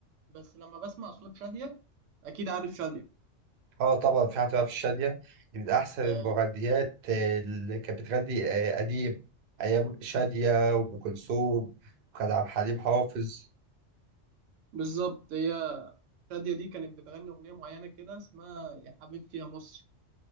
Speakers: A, on the right; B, on the right.
A: بس لما بسمع صوت شاديه اكيد عارف شاديه
B: اه طبعا في حتى في الشادية دي من أحسن
A: آه،
B: المغنيات آه، اللي كانت بتغني آه، قديم أيام شادية وأم كلثوم وكان عبد الحليم حافظ
A: بالظبط هي شاديه دي كانت بتغني اغنيه معينه كده اسمها يا حبيبتي يا مصر